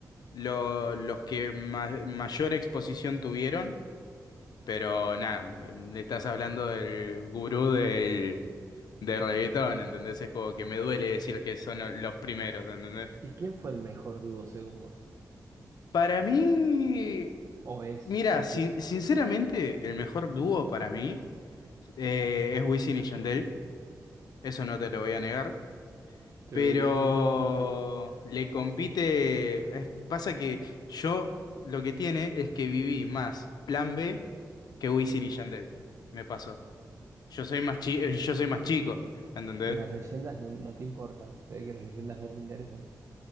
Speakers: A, on the left; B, on the right.
A: lo- los que ma- mayor exposición tuvieron, pero nada, le estás hablando del gurú de reggaetón, ¿entendés? Es como que me duele decir que son lo- los primeros, ¿entendés?
B: ¿y quién fue el mejor dúo según vos?
A: Para mí,
B: O es,
A: mira,
B: puede
A: sin-
B: ser es.
A: sinceramente, el mejor dúo para mí eh, es Wisin y Yandel, eso no te lo voy a negar,
B: Turururururu.
A: pero le compite, es- pasa que yo lo que tiene es que viví más Plan B que Wisin y Yandel, me pasó. Yo soy más chi- eh, yo soy más chico, ¿entendés?
B: Y las leyendas no, no te importan, se ve que las leyendas no te interesan.